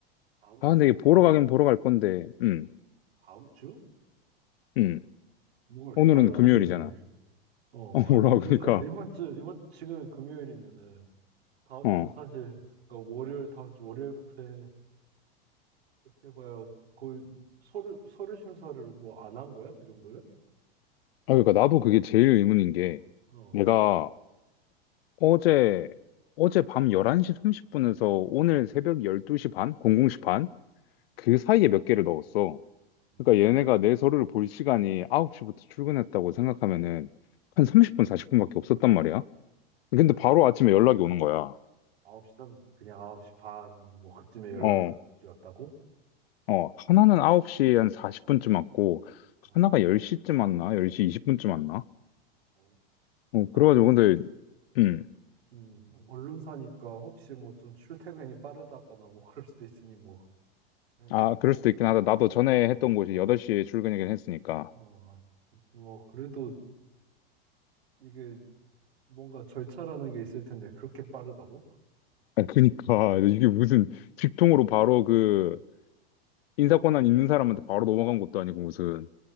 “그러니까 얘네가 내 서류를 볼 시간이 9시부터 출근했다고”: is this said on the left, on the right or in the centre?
Left